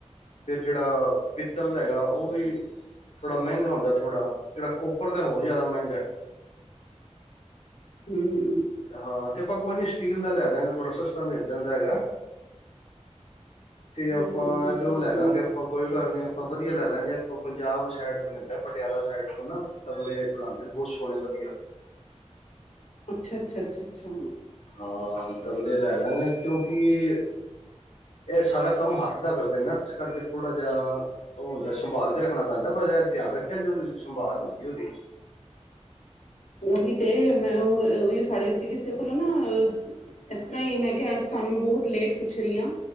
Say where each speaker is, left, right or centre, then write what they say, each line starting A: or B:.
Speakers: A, on the left; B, on the left.
A: ਫਿਰ ਜਿਹੜਾ ਪਿੱਤਲ ਦਾ ਹੈਗਾ ਉਹ ਵੀ ਥੋੜਾ ਮਹਿੰਗਾ ਹੁੰਦਾ ਥੋੜਾ, ਜਿਹੜਾ ਕੋਪਰ ਤਾਂ ਹੋਰ ਜ਼ਿਆਦਾ ਮਹਿੰਗਾ।
B: ਹੂੰ-ਹੂੰ
A: ਹਾਂ ਤੇ ਆਪਾਂ ਕੋਈ ਨੀ ਸਟੀਲ ਦਾ ਲੈ ਦਾਗੇ ਥੋੜ੍ਹਾ ਸਸਤਾ ਮਿਲ ਜਾਂਦਾ ਹੈਗਾ। ਤੇ
B: ਹੂੰ
A: ਆਪਾਂ
B: ਹੂੰ
A: ਇੱਧਰੋਂ
B: ਹੂੰ
A: ਲੈ
B: ਹੂੰ
A: ਦਾਂਗੇ ਆਪਾਂ ਕੋਈ ਗੱਲ ਨੀ ਆਪਾਂ ਵਧੀਆ ਲੈ ਦਾਗੇ ਇੱਥੋਂ ਪੰਜਾਬ ਸਾਈਡ ਤੋਂ ਮਿਲਦਾ ਪਟਿਆਲਾ ਸਾਈਡ ਤੋਂ ਨਾ। ਤਬਲੇ ਬਣਾਉਦੇ ਬਹੁਤ ਸੋਹਣੇ ਵਧੀਆ।
B: ਅੱਛਾ ਅੱਛਾ ਅੱਛਾ ਅੱਛਾ।
A: ਹਾਂ ਤਬਲੇ ਲੈ ਦਾਗੇ ਕਿਉਂਕਿ ਇਹ ਸਾਰਾ ਕੰਮ ਹੱਥ ਦਾ ਕਰਦੇ ਨੇ ਇਸ ਕਰਕੇ ਥੋੜਾ ਜਿਹਾ ਉਹ ਹੁੰਦਾ ਸੰਭਾਲ ਕੇ ਰੱਖਣਾ ਪੈਂਦਾ ਬਟ ਧਿਆਨ ਰੱਖਿਆ ਜਦੋਂ ਸੰਭਾਲ ਹੁੰਂਦੀ ਉਹਦੀ।
B: ਉਹੀ ਤੇ ਮੈਂ ਉਹੀ ਸਾਰੇ ਸਾਡੇ ਕਿਸੇ ਕੋਲ ਨਾ ਇਸ ਤਰ੍ਹਾਂ ਹੀ ਮੈਂ ਕਿਹਾ ਅੱਜ ਤੁਹਾਨੂੰ ਬਹੁਤ ਲੇਟ ਪੁੱਛ ਰਹੀ ਆ।